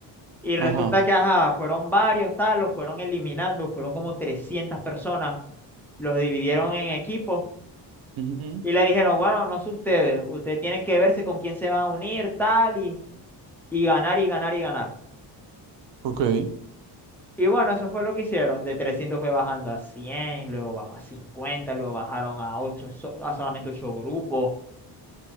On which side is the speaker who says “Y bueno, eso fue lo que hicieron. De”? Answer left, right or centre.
Centre